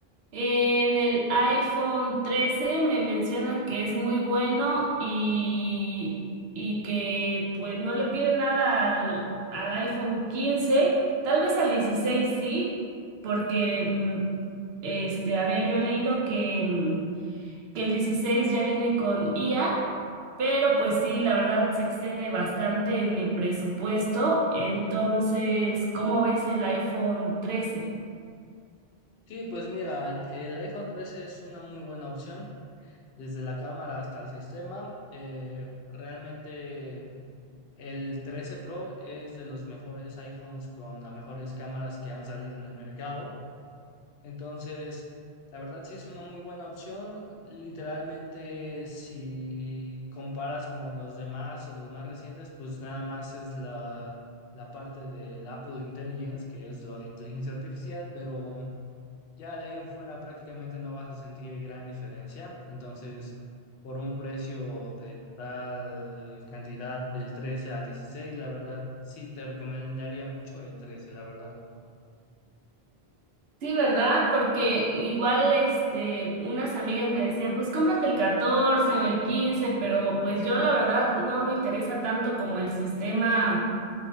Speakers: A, on the right (about 75°); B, on the left (about 75°).
A: En el iPhone 13 me mencionan que es muy bueno y, y que pues no le pide nada al, al iPhone 15, tal vez al 16 sí, porque mm, este había yo leído que, mm, que el 16 ya viene con IA, pero pues sí, la verdad se excede bastante en mi presupuesto, entonces, ¿cómo ves el iPhone 13?
B: Sí, pues mira, el iPhone 13 es una muy buena opción, desde la cámara hasta el sistema. eh, realmente el 13 Pro es de los mejores iPhones con las mejores cámaras que han salido en el mercado. Entonces, la verdad sí es una muy buena opción. Literalmente, si comparas con los demás o los más recientes, pues nada más es la, la parte del Apple Intelligence, que es lo de inteligencia artificial, pero mm, ya de ahí en fuera prácticamente no vas a sentir gran diferencia. Entonces, por un precio de tal cantidad del 13 al dieciséis la verdad sí te recomendaría mucho el trece la verdad.
A: Sí, ¿verdad? Porque igual, este, unas amigas me decían, pues cómprate el 14 o el quince pero pues yo la verdad no me interesa tanto como el sistema,